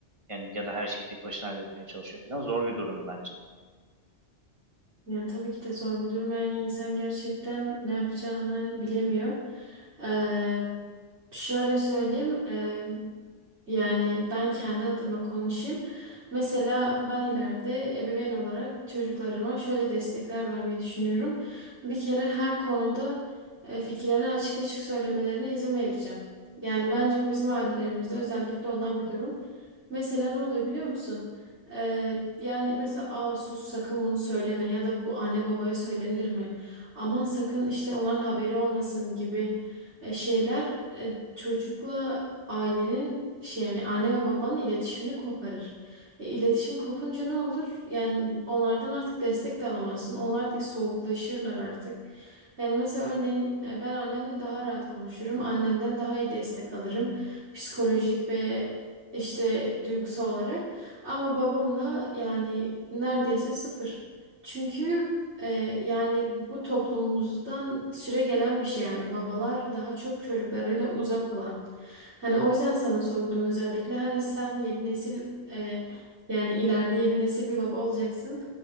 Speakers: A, on the right (about 25°); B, on the right (about 70°).
A: Yani ya da her şeyi tek başına halletmeye çalışıyor falan. Zor bir durum bence.
B: Ya tabii ki de zor bir durum. Yani insan gerçekten ne yapacağını bilemiyor. Ee, şöyle söyleyeyim. ee, yani ben kendi adıma konuşayım. Mesela ben ileride ebeveyn olarak çocuklarıma şöyle destekler vermeyi düşünüyorum. Bir kere her konuda e, fikirlerini açık açık söylemelerine izin vereceğim. Yani bence bu bizim ailelerimizde özellikle olan bir durum. Mesela ne oluyor biliyor musun? Ee, yani mesela aa sus sakın bunu söyleme ya da bu anne babaya söylenir mi? Aman sakın işte onların haberi olmasın gibi e, şeyler e, çocukla ailenin şey yani anne ve babanın iletişimini koparır. E, iletişim kopunca ne olur? Yani onlardan artık destek de alamazsın. Onlar da soğuklaşırlar artık. Yani mesela örneğin e, ben annemle daha rahat konuşurum. Annemden daha iyi destek alırım. Psikolojik ve işte duygusal olarak. Ama babamla yani neredeyse sıfır. Çünkü e, yani bu toplumumuzdan süre gelen bir şey yani babalar daha çok çocuklarıyla uzak olan. Hani o yüzden sana sordum özellikle hani sen yeni nesil e, yani ileride yeni nesil bir baba olacaksın.